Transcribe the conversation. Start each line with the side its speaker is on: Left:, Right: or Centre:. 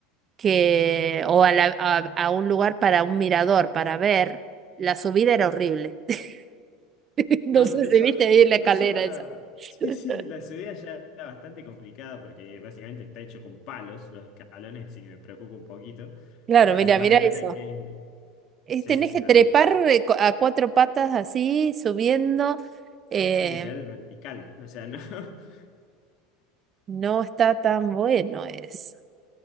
Right: que, o a, la- a, a un lugar para un mirador, para ver, la subida era horrible. <laughs> No
Left: No,
Right: sé
Left: incluso,
Right: si viste ahí la
Left: no
Right: escalera
Left: solo la.
Right: esa.
Left: <laughs> Sí,
Right: <laughs>
Left: sí, la subida ya era bastante complicada porque básicamente está hecho con palos los escalones, así que me preocupa un poquito.
Right: Claro,
Left: A
Right: mira,
Left: ver, más
Right: mira eso.
Left: allá de que.
Right: Es-
Left: Sí,
Right: tenés
Left: sí,
Right: que
Left: una
Right: trepar
Left: locura.
Right: eh, cu- a cuatro patas así, subiendo. eh,
Left: Es literal vertical, o sea, no. <laughs>
Right: no está tan bueno eso.